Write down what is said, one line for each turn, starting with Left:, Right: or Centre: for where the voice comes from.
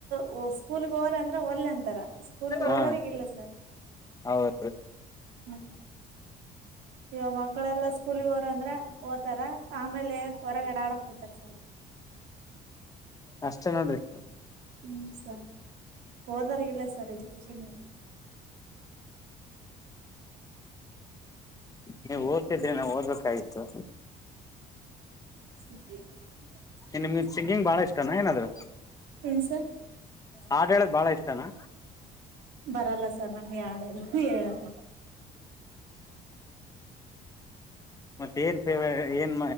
Right: ಹೋ ಸ್ಕೂಲ್ ಹೋರೆ ಅಂದ್ರೆ ಒಲ್ಯೆ ಅಂತಾರ ಸ್ಕೂಲ್ ಹೋಗರೆಗಿಲ್ಲ
Left: ಹಾ
Right: ಸರ್
Left: ಹೌದು
Right: ಹ್ಮ. ಇವ ಮಕ್ಕಳೆಲ್ಲಾ ಸ್ಕೂಲ್ಗೆ ಹೋರೆ ಅಂದ್ರೆ ಓತಾರ ಆಮೇಲೆ ಹೊರಗಡೆ ಆಡಕ್ ಹೋಗತಾರ ಸರ್.
Left: ಅಷ್ಟೇ ನೋಡ್ರಿ.
Right: ಹ್ಮ್ ಸರ್ ಹೋದ್ರಗಿಲ್ಲ ಸರ್ ಎಜುಕೇಶನ್.
Left: ಹೆ ಓದತ್ತಿದೆ ನಾ ಓದ್ಬೇಕಾಗಿತ್ತು.
Right: ಸ <unintelligible>
Left: ಹೆ ನಿಮ್ಮಗೆ ಸಿಂಗಿಂಗ್ ಬಾಳ ಇಷ್ಟಾನ ಏನ ಅದು
Right: ಏನ್ ಸರ್
Left: ಹಾಡ್ ಹೇಳದ್ ಬಾಳ ಇಷ್ಟನಾ.
Right: ಬರಲ್ಲ ಸರ್ ನಮಗೆ ಹಾಡೇಲ್ಲ ಹೇಳಕ.
Left: ಮತ್ತ ಏನ್ ಫೇವ್ ಏನ್